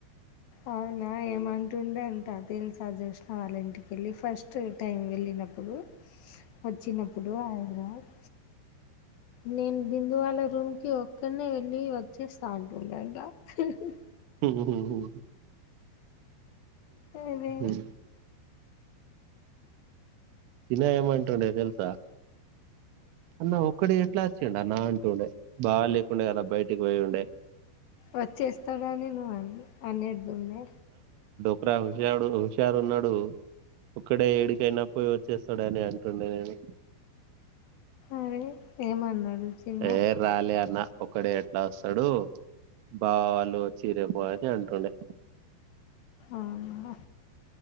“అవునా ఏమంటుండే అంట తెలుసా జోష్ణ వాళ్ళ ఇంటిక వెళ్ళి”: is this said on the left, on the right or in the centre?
Left